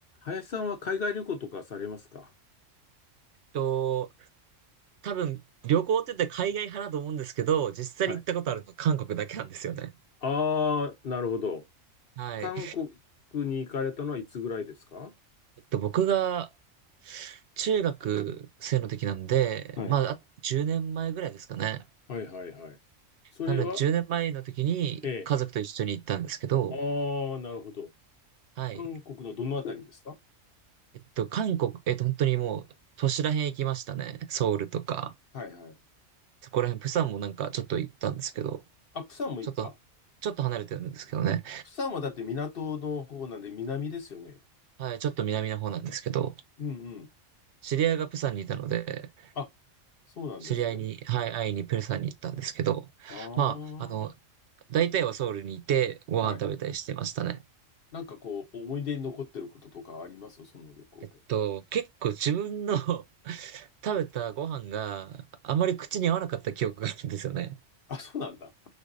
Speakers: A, on the left (about 55°); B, on the right (about 65°).
A: 林さんは海外旅行とかされますか
B: と、多分、旅行って言ったら海外派だと思うんですけど、実際に行ったことあるの韓国だけなんですよね。
A: はい。ああ、なるほど。
B: はい。
A: 韓国に行かれたのはいつぐらいですか
B: えっと、僕が、中学生の時なんで、
A: はい。
B: まあ、あ10年前ぐらいですかね。
A: はいはいはい。それは、
B: なので、10年前の時に家族と一緒に行ったんですけど、
A: ええ。ああ、なるほど。
B: はい。
A: 韓国のどのあたりですか
B: えっと、韓国、えっと、本当にもう、都市らへん行きましたね。ソウルとか、
A: はいはい。
B: そこらへんプサンもなんかちょっと行ったんですけど、
A: あ、釜山も行った。
B: ちょっと、ちょっと離れてるんですけどね。
A: 釜山はだって港の方なんで南ですよね。
B: はい、ちょっと南の方なんですけど、
A: うんうん。
B: 知り合いがプサンにいたので、
A: あ、そうなんですね。
B: 知り合いに、はい、会いにプサンに行ったんですけど、
A: ああ、
B: まあ、あの、大体はソウルにいてご飯食べたりしてましたね。
A: はい。なんかこう、思い出に残ってることとかありますその旅行で。
B: えっと、結構自分の <laughs> 食べたご飯があまり口に合わなかった記憶があるんですよね。
A: あ、そうなんだ。